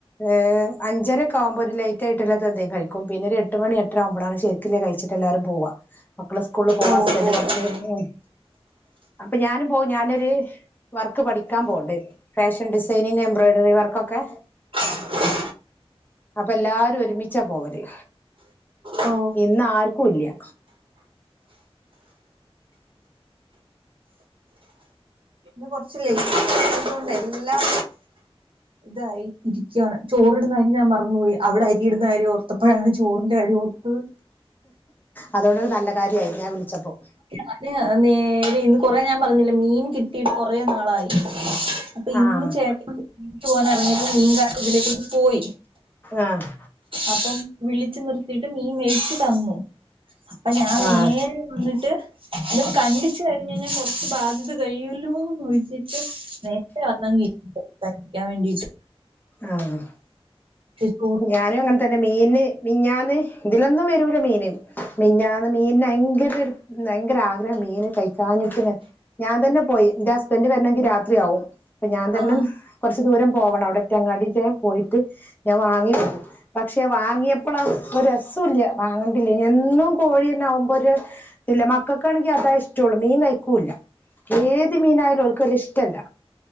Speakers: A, on the left (about 20°); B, on the right (about 55°).
A: ഏഹ് അഞ്ചരക്കെ ആകുമ്പോ ഒരു ലയ്റ്റ് ആയിട്ടുള്ളതെന്തേ കഴിക്കും പിന്നെ ഒര് എട്ട്മണി എട്ടര ആവുമ്പളാണ് ശരി ക്ക്ല്ലെ കഴിച്ചിട്ട് എല്ലാരും പോവാ മക്കള് സ്കൂൾള് പോവാ
B: ഓ
A: ഹസ്ബന്റ്
B: ഓ
A: പൊർത്ത്
B: ഓ
A: ഉം അപ്പ ഞാനും പോവും ഞാനൊര് വർക്ക് പഠിക്കാൻ പോവ്ണ്ട് ഫാഷൻ ഡിസൈനിങ് എംബ്രോയിഡറി വർക്കൊക്കെ
B: <unintelligible>
A: അപ്പ എല്ലാരും ഒരുമിച്ചാ പോവല്
B: ഓ
A: ഇന്നാര്ക്കുല്ല.
B: ഇന്ന് കൊറച്ച് ലെയ്റ്റായതോണ്ടെ എല്ലാം ഇതായി ഇരിക്കുകയാണ് ചോറിടുന്ന അരി ഞാൻ മറന്നുപോയി അവിടെ അരിയിടുന്നാര്യം ഓർത്ത പ്പോഴാണ് ചോറിന്റെ കാര്യം ഓർത്തത്.
A: അതുകൊണ്ടൊരു നല്ല കാര്യായി ഞാൻ വിളിച്ചപ്പം
B: അത് നേരെ ഇന്ന് കൊറേ ഞാൻ പറഞ്ഞില്ലേ മീൻ കിട്ടീട്ട് കൊറേ നാളായി അപ്പൊ
A: ആഹ്
B: ഇന്ന് ചേട്ടൻ <unintelligible> പോവാൻ എറങ്ങിയപ്പോ മീൻ കാരൻ ഇതിലേക്കൂടെ പോയി
A: ആഹ്
B: അപ്പം വിളിച്ചു നിർത്തിട്ട് മീൻ മേടിച്ചു തന്നു അപ്പൊ ഞാൻ നേരെ
A: ആഹ്
B: വന്ന്ട്ട് ഇത് കണ്ട് ചെ കഴിഞയിഞ്ഞ കൊറച്ച് ബാധ്യത കഴിയല്ലൂന്ന് ചോയിച്ചിട്ട് നേര്തെ വന്നങ്ങ് <unintelligible> ക്കാൻ വേണ്ടിട്ട്
A: ആഹ്
B: ഉം
A: ഞാനും അങ്ങൻ തന്നെ മീന് മിഞ്ഞാന്ന് ഇതിലൊന്നും വരൂല മീന് മിഞ്ഞന്ന് മീൻ ഭയങ്കര ഒരു ഭയങ്കര ആഗ്രഹം മീന് കൈകാഞ്ഞിട്ടിങ്ങനെ ഞാൻ തന്നെ പോയി എന്റെ ഹസ്ബൻന്റ് വരണങ്കി രാത്രിയാവും അപ്പൊ ഞാൻ തന്നെ
B: ആ
A: കൊർച്ച് ദൂരം പോവണം അവിടെറ്റെ അങ്ങാടിറ്റെ പോയിട്ട് ഞാൻ വാങ്ങിവന്നു പക്ഷെ വാങ്ങിയപ്പോളാ ഒരു രസൊ ഇല്ല്യ വാങ്ങണ്ടില്ലേ എന്നും കോഴിന്നെ ആമ്പോ ഒരു ഇതിഇല്ല മക്കക്കാണെങ്കി അതാ ഇഷ്ടുള്ളൂ മീൻ കഴിക്കുല്ല ഏത് മീനായാലും ഓൽക്കത് ഇഷ് ടല്ല